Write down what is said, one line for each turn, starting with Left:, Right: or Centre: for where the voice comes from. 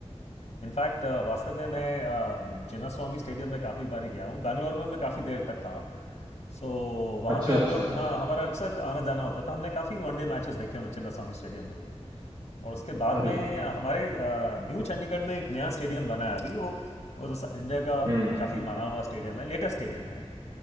Left: इनफैक्ट वास्तव में मैं अ, चिन्नास्वामी स्टेडियम में काफ़ी बारी गया हूँ बैंगलोर में मैं काफ़ी देर तक था सो वहाँ
Right: अच्छा
Left: पे हम
Right: अच्छा
Left: लोग हाँ हमारा अक्सर आना जाना होता था हमने काफ़ी वनडे मैचेस देखे हुए हैं चिन्नास्वामी स्टेडियम में ही और उसके बाद
Right: अरे
Left: में हमारे अ, न्यू चंडीगढ़ में एक नया स्टेडियम बना है अभी वो वो तो स- इंडिया का
Right: हम्म
Left: काफ़ी माना हुआ स्टेडियम है लेटेस्ट स्टेडियम है